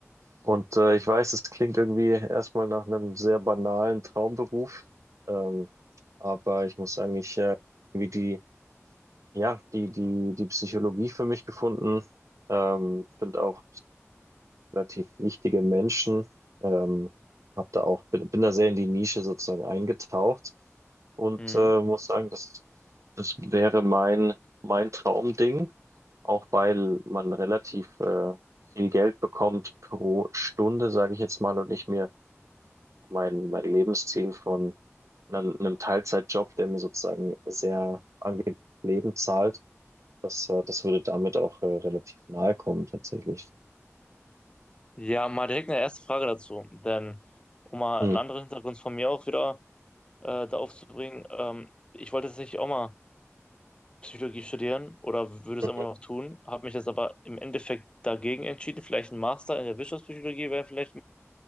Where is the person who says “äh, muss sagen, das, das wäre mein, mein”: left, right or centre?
Right